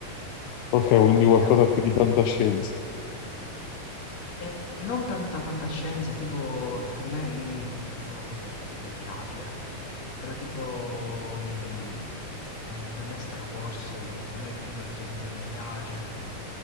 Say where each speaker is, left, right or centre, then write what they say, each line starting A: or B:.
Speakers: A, on the left (about 80°); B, on the left (about 55°).
A: Ok, quindi
B: più
A: qualcosa
B: che altro.
A: più di fantascienza.
B: Eh, non tanta fantascienza, tipo per me, mh, non lo so se ti piace, però tipo mh, eh, per me Star Wars, non- a me, non- per esempio, non piace,